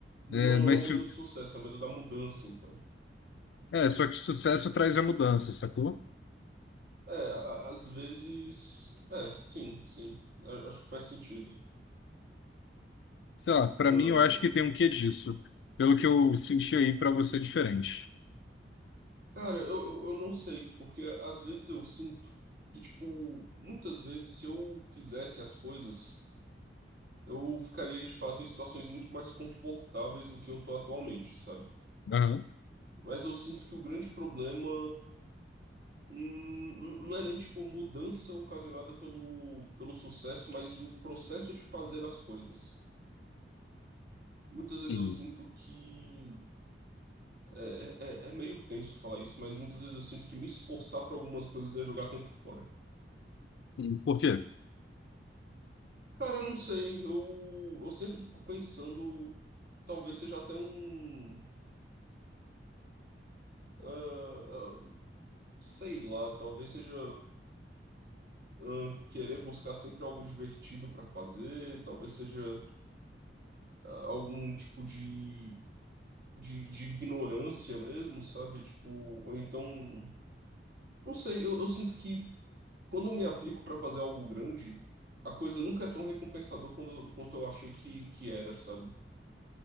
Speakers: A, on the right; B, on the left.
A: Não
B: É, mas
A: é um
B: se,
A: medo de sucesso, é um medo da mudança, então.
B: é, só que o sucesso traz a mudança, sacou?
A: É, a- às vezes. É, sim, sim. A- Acho que faz sentido.
B: Sei lá, pra
A: Ahn,
B: mim eu acho que tem um quê disso. Pelo que eu senti aí, pra você é diferente.
A: cara, eu, eu eu não sei, porque às vezes eu sinto que, tipo, muitas vezes se eu fizesse as coisas, eu ficaria de fato em situações muito mais confortáveis do que eu tô atualmente, sabe?
B: Aham.
A: Mas eu sinto que o grande problema. hum, Não é nem tipo mudança ocasionada pelo, pelo sucesso, mas o processo de fazer as coisas. Muitas vezes
B: Hum.
A: eu sinto que. É, é, é é meio tenso falar isso, mas muitas vezes eu sinto que me esforçar para algumas coisas é jogar tempo fora.
B: Hum. Por quê?
A: Cara, eu não sei, eu, eu sempre fico pensando. Talvez seja até um. ah, ah, sei lá, talvez seja ah, querer buscar sempre algo divertido para fazer, talvez seja ah, algum tipo de, de, de ignorância mesmo, sabe? Tipo, ou então. Não sei, eu, eu sinto que. Quando eu me aplico para fazer algo grande, a coisa nunca é tão recompensador quando, quanto eu achei que, que era, sabe?